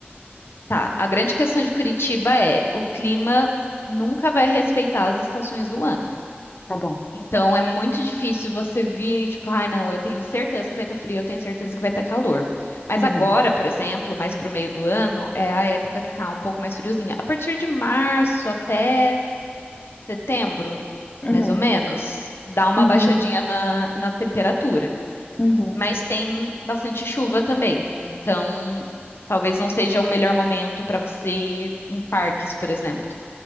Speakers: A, on the left; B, on the left.
A: Tá. A grande questão de Curitiba é o clima nunca vai respeitar as estações do ano.
B: Tá bom.
A: Então é muito difícil você vir e tipo, ai, não, eu tenho certeza que vai estar frio, eu tenho certeza que vai estar calor. Mas
B: Uhum,
A: agora, por exemplo, mais pro meio do ano, é a época que tá um pouco mais friozinha. A partir de março até setembro,
B: uhum,
A: mais ou menos, dá uma
B: uhum,
A: baixadinha na, na temperatura.
B: uhum.
A: mas tem bastante chuva também. Então, talvez não seja o melhor momento para você ir em parques, por exemplo.